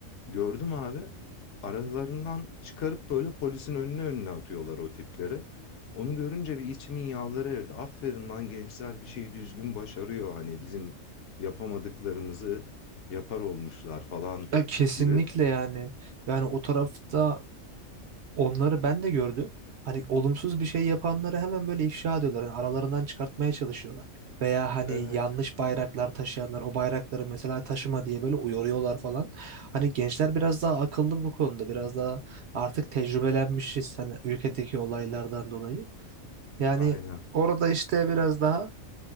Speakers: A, on the left (about 65°); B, on the right (about 60°).
A: gördüm abi aralarından çıkarıp böyle polisin önüne önüne atıyorlar o tipleri. Onu görünce bir içimin yağları erdi. Aferin lan gençler bir şeyi düzgün başarıyor. Hani bizim yapamadıklarımızı yapar olmuşlar falan
B: Ya kesinlikle
A: gibi.
B: yani. Yani o tarafta Onları ben de gördüm. Hani olumsuz bir şey yapanları hemen böyle ifşa ediyorlar. Hani aralarından çıkartmaya çalışıyorlar. Veya hani
A: Evet.
B: yanlış bayraklar taşıyanlar o bayrakları mesela taşıma diye böyle uyarıyorlar falan. Hani gençler biraz daha akıllı bu konuda. Biraz daha artık tecrübelenmişiz hani ülkedeki olaylardan dolayı. Yani
A: Aynen.
B: orada işte biraz daha